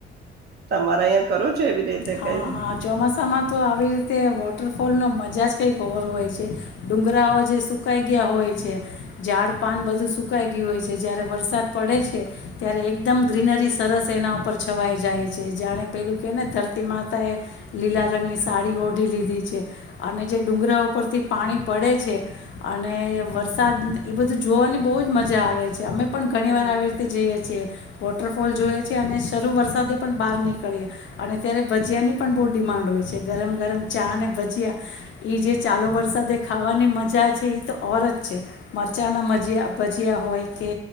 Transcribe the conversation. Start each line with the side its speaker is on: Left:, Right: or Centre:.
Right: તમારા અહિયા કરો? છો એવી રીતે
Left: હા,
Right: કઈ
Left: હા, ચોમાસામાં તો આવી રીતે વો ટરફોલ મજા જ કંઈક ઓર હોય છે. ડુંગરાઓ જે સુકાઈ ગયા હોય છે ઝાડ પાન બધું સુકાય ગ્યું હોય છે. જ્યારે વરસાદ પડે છે, ત્યારે એકદમ ગ્રીનરી સરસ એના ઉપર છવાઈ જાય છે. જાણે પેલું ક્યે ને ધર તી માતાએ લીલા રંગની સાડી ઓઢી લીધી છે. અને જે ડુંગરા ઉપરથી પાણી પડે છે અને વરસાદ ઈ બધું જોવાની બોવ જ મજા આવે છે. અમે પણ ઘણી
Right: હમ
Left: વાર આવી રીતે જઈએ છીએ. વોટરફોલ જોઈએ છે અને શરૂ વરસાદે પણ બહાર નીકળીએ અને ત્યારે ભજીયાની પણ બહુ ડિમાન્ડ હોય છે ગરમ ગરમ ચા અને ભજીયા એ જે ચાલુ વરસાદે ખાવાની મજા છે એ તો ઓર જ છે મરચાંના મજીયા ભજીયા હોય કે